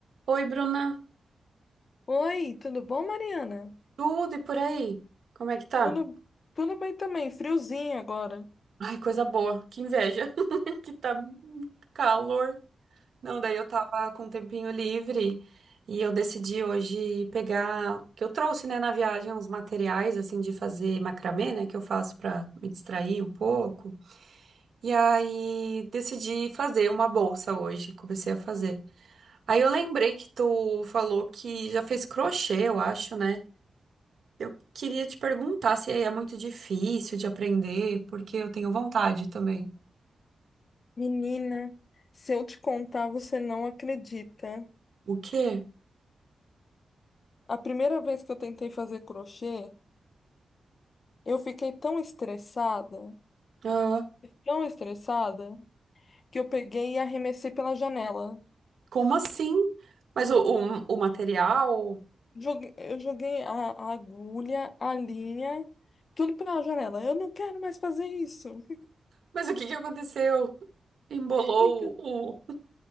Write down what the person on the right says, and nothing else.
Oi, Bruna.
Tudo e por aí? Como é que tá?
Ai, coisa boa. Que inveja. <laughs> Que tá um calor. Não, daí eu tava com um tempinho livre e eu decidi hoje pegar, que eu trouxe, né, na viagem uns materiais assim de fazer macramê, né, que eu faço pra me distrair um pouco. E aí decidi fazer uma bolsa hoje, comecei a fazer. Aí eu lembrei que tu falou que já fez crochê, eu acho, né? Eu queria te perguntar se é muito difícil de aprender, porque eu tenho vontade também.
O quê?
Ah,
como assim? Mas o, o, o material?
Mas o que que aconteceu? Embolou
o,